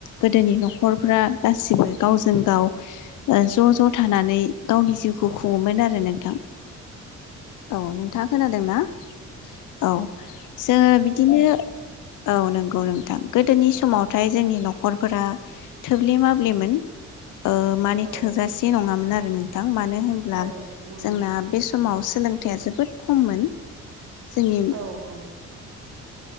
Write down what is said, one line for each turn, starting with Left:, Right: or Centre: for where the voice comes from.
Left: गोदोनि न'खरफ्रा गासिबो गावजों गाव ओ ज' ज' थानानै गावनि जिउखौ खुङोमोन आरो नोंथां। औ नोंथां खोनादों ना? औ जोङो बिद दिनो औ नंगौ नोंथां गोदोनि समावथाय जोंनि न'खरफोरा थोब्ले माब्लेमोन। ओ माने
Right: औ
Left: थोजासे नङामोन आर होनो थां मानो होमब्ला
Right: औ नंगौ
Left: जोंना बे समाव सोलोंथाइया जोबोद खममोन। जोंनि
Right: औ औ